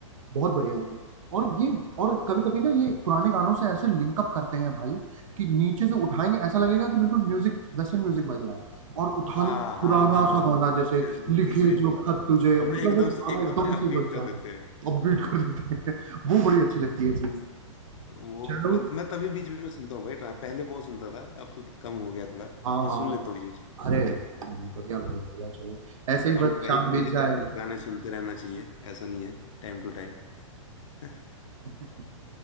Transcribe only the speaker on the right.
बहुत बढ़िया है वो और ये और कभी कभी ना ये पुराने गानों से ऐसे लिंकअप करते हैं भाई कि नीचे से उठाएंगे ऐसा लगेगा कि बिल्कुल म्यूजिक वेस्टर्न म्यूजिक बज रहा है और उठा
ले
पुराना
सा गाना जैसे
लिखे
जो खत तुझे
मतलब
वो गाना
एकदम
से बज
रहा
है
अब बीट कर देते हैं <laughs> वो बड़ी अच्छी लगती है चीज
चलो
हाँ
हाँ
हाँ।
अरे बढ़िया भाई बढ़िया चलो ऐसे ही
बस
शाम
बीत जाए
<laughs>